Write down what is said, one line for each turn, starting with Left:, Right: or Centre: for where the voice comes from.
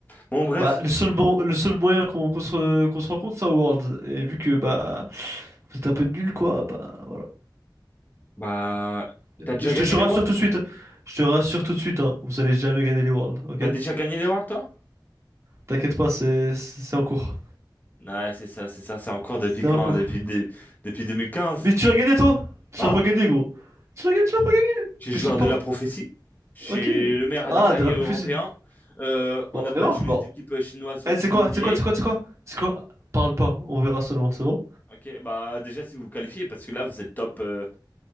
Left: Bon, bref.
Right: Bah, le seul, mo- le seul moyen qu'on qu'on se, qu'on se rencontre, c'est à Worlds. Et vu que, bah, vous êtes un peu nul, quoi, bah, voilà.
Left: Bah,
Right: Je
Left: t'as déjà gagné
Right: te, je te
Left: les
Right: rassure
Left: Worlds?
Right: tout de suite. Je te rassure tout de suite, hein. Vous allez jamais gagner les Worlds, ok?
Left: T'as déjà gagné les Worlds, toi?
Right: T'inquiète pas, c'est c'est c'est en cours.
Left: Ouais, c'est ça, c'est ça, c'est encore depuis
Right: C'est
Left: quand?
Right: en cours.
Left: Depuis, dé- depuis deux mille quinze,
Right: Mais tu l'as gagné, toi? Tu
Left: Hein?
Right: l'as pas gagné, gros. Tu l'as gagné, tu l'as pas gagné.
Left: J'ai joueur
Right: Qu'est-ce que tu me parles?
Left: de la prophétie. J'ai
Right: Ok.
Left: suis le meilleur
Right: Ah,
Left: des carrières
Right: de la prophétie.
Left: européens. Euh, on
Right: Bon,
Left: a
Right: on
Left: battu
Right: verra. Bon.
Left: les équipes chinoises au
Right: Eh, c'est quoi?
Left: EMEA.
Right: C'est quoi? C'est quoi? C'est quoi? C'est quoi? Parle pas. On verra seulement, c'est bon?
Left: Ok, bah déjà si vous vous qualifiez, parce que là vous êtes top. euh,